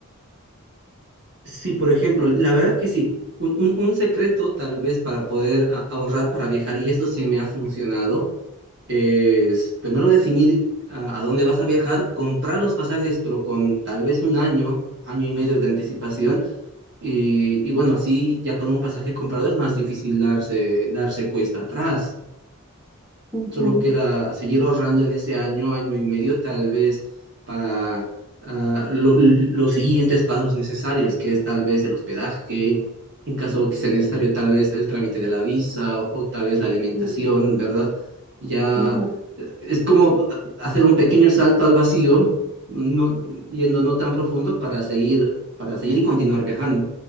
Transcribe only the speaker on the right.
Sí, por ejemplo, la verdad que sí. Un, un- un secreto tal vez para poder a- ahorrar para viajar, y esto sí me ha funcionado, es primero definir a, a dónde vas a viajar, comprar los pasajes, pero con tal vez un año, año y medio de anticipación. Y, y bueno, así ya con un pasaje comprado es más difícil darse, darse cuesta atrás.
Solo queda seguir ahorrando en ese año, año y medio, tal vez para ah, lo- l- los siguientes pasos necesarios, que es tal vez el hospedaje, en caso que sea necesario, tal vez el trámite de la visa o, o tal vez la alimentación,
¿verdad? Ya
eh, es como ah, hacer un pequeño salto al vacío, no, yendo no tan profundo para seguir, para seguir y continuar viajando.